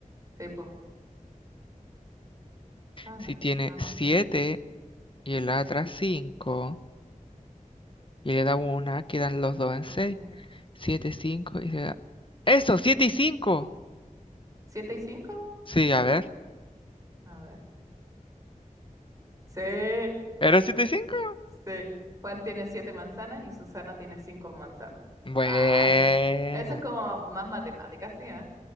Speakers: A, on the right; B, on the left.
A: sí, po, sanas.
B: Si tiene
A: Ambos
B: 7
A: tienen
B: y el otra cinco y le da una, quedan los dos en seis
A: siete.
B: siete cinco y se da... ¡Eso! siete y cinco
A: ¿Siete y cinco?
B: Sí, a ver.
A: A ver. Sí,
B: ¿Era 7 y cinco
A: sí. Juan tiene siete manzanas y Susana tiene cinco manzanas.
B: Buena.
A: Ah, eso es como más matemática, sí, ¿eh?